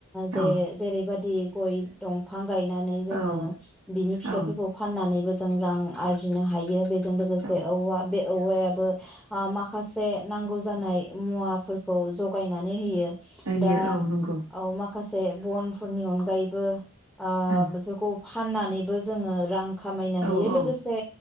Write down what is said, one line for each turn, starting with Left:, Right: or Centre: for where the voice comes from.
Centre: जे
Right: औ
Centre: जेरैबादि गय दंफां गायनानै जोङो
Right: औ
Centre: बिनि फिथाइफोरखौ
Right: औ
Centre: फानानैबो जोयो जों रां आरजिनो हायो बेजो जों लोगोसे
Right: औ
Centre: औवा बे औवायाबो ओ माखासे नांगौ जानाय मुवाफोरखौ जगायनानै होयो
Right: होयो
Centre: दा
Right: औ नंगौ
Centre: औ माखासे बनफोरनि अनगायैबो ओ
Right: औ
Centre: बेफोरखौ फाननानैबो जोङो रां खामायनो हायो
Right: औ औ
Centre: लोगोसे